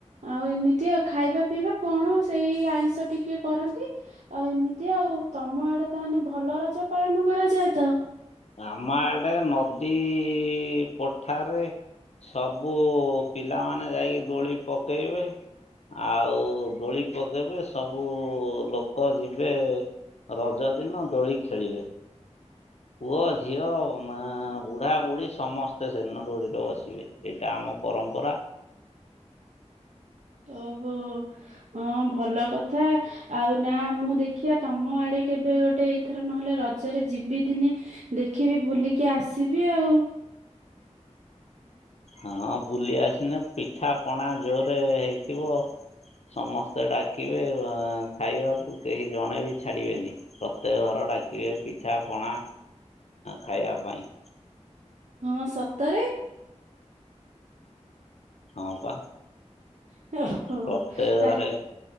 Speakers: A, on the right (about 75°); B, on the left (about 65°).
A: ଆଉ ଏମିତି ଆଉ ଖାଇବା ପିଇବା କଣ ସେଇ ଆଇଁଷ ଟିକେ କରନ୍ତି। ଆଉ ଏମିତି ଆଉ ତମ ଆଡ଼େ ତାହାନେ ଭଲ ରଜ ପାଳନ କରାଯାଏ ତ।
B: ଆମ ଆଡ଼େ ନଦୀ ପ ଠାରେ ସବୁ ପିଲାମାନେ ଯାଇକି ଦୋଳି ପକେଇବେ। ଆଉ ଦୋଳି ପକେଇବେ ସବୁ ଲୋକ ଯିବେ। ରଜ ଦିନ ଦୋଳି ଖେଳିବେ। ପୁଅ, ଝିଅ, ମା, ବୁଢ଼ା, ବୁଢ଼ୀ ସମସ୍ତେ ସେଦିନ ଦୋଳିରେ ବସିବେ। ଏଇଟା ଆମ ପରମ୍ପରା। <inaudible>
A: ଓହୋ ହଁ ଭଲ କଥା। ଆଉ ନା ମୁଁ ଦେଖିବା ତମ ଆଡ଼େ କେବେ ଗୋଟେ ଏଇଥର ନହେଲେ ରଜରେ ଯିବି ଦିନେ ଦେଖିବି ବୁଲିକି ଆସିବି ଆଉ।
B: ହଁ ବୁଲି ଆସିନା ପିଠା ପଣା ଜୋରେ ହେଇଥିବ। ସମସ୍ତେ ଡାକିବେ ଖାଇବାକୁ କେହି ଜଣେ ବି ଛାଡ଼ିବେନି। ପ୍ରତ୍ୟେକ ଘର ଡାକିବେ ପିଠା ପଣା ଖାଇବା ପାଇଁ।
A: ହଁ ସତରେ!
B: ହଁ ପା।
A: <inaudible>
B: ପ୍ରତ୍ୟେକ
A: ତାହା
B: ଘରେ